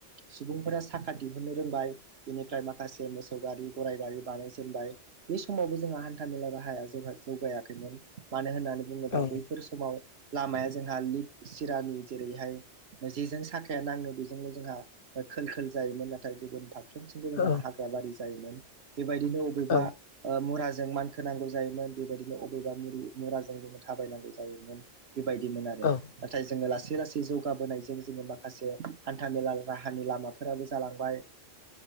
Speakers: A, on the right; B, on the left.
A: सुबुंफोरा साखा दिहुननो रोंबाय बेनिफ्राय माखासे मोसौ गारि गराइ गारि बानायजेनबाय बेस समावबो जोंहा हान्था मेला राहाया जोंहा जौगायाखैमोन मानो होननानै बुङोबा
B: औ
A: बैफोर समाव लामाया जोंहा लिग सिरानि जेरैहाय जेजों साखाया नाङो बेजोंनो जोंहा खोल खोल जायोमोन नाथाय गुबुन बाग फारफ्रोमथिंबो जोंहा
B: औ
A: हाग्रा बारि जायोमोन बेबायदिनो अबेबा
B: औ
A: ओ मुरा जों मानखोनांगौ जायोमोन बेबायदिनो अबेबा मुरि मुराजों जोङो थाबायनांगौ जायोमोन बेबायदि बिदिमोन आरो
B: औ
A: नाथाय जोङो लासै लासै जौगाहोनायजों जोङो माखासे हान्था मेला राहानि लामाफोराबो जालांबाय